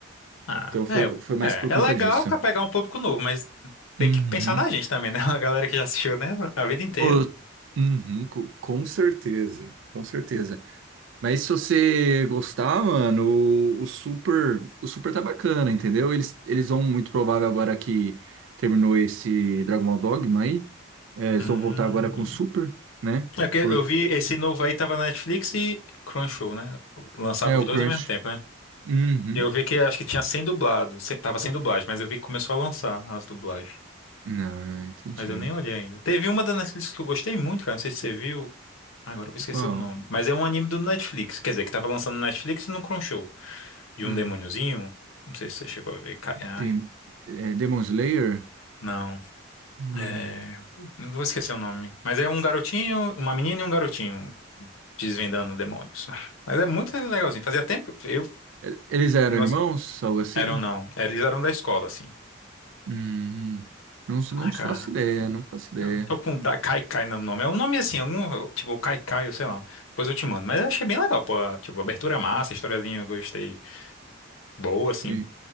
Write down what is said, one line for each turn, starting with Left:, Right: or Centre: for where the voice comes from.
Left: Ah,
Right: Então foi,
Left: é,
Right: foi mais
Left: é,
Right: por
Left: é
Right: conta
Left: legal
Right: disso.
Left: pra pegar um público novo, mas tem
Right: Uhum.
Left: que pensar na gente também, né? <laughs> A galera que já assistiu, né? A vida inteira.
Right: Ô, uhum, co- com certeza, com certeza. Mas se você gostar, mano, o, o Super, o Super tá bacana, entendeu? Eles, eles vão muito provável agora que terminou esse Dragon Ball Dogma aí, é, eles
Left: Hum.
Right: vão voltar agora com o Super, né?
Left: É porque
Right: Porque
Left: eu vi esse novo aí, tava na Netflix e Crunchyroll, né? Lançava
Right: é
Left: os
Right: o
Left: dois
Right: Crunch.
Left: ao mesmo tempo, né?
Right: Uhum.
Left: Eu vi que acho que tinha sem dublado, se- tava sem dublagem, mas eu vi que começou a lançar as dublagens.
Right: Não, entendi.
Left: Mas eu nem olhei ainda. Teve uma da Netflix que eu gostei muito, cara. Não sei se você viu. Agora eu vou esquecer
Right: Qual?
Left: o nome. Mas é um anime do Netflix. Quer dizer, que tava lançando no Netflix e no Crunchyroll. De
Right: Hum,
Left: um demôniozinho. Não sei se você chegou a ver. Ca- Ai.
Right: tem, é, Demon Slayer?
Left: Não.
Right: Hum.
Left: É... Não vou esquecer o nome. Mas é um garotinho, uma menina e um garotinho desvendando demônios. <laughs> Mas é muito legalzinho. Fazia tempo. Eu.
Right: E- Eles eram
Left: Nossa.
Right: irmãos, algo assim?
Left: Eram não. Eles eram da escola, assim.
Right: Hum, não, não
Left: Ah, cara.
Right: faço ideia, não faço ideia.
Left: Eu tô com da Kai Kai no nome. É um nome assim, algum, tipo Kai Kai, eu sei lá. Depois eu te mando. Mas eu achei bem legal, pô. Tipo, abertura massa, historiazinha, eu gostei. Boa, assim.
Right: E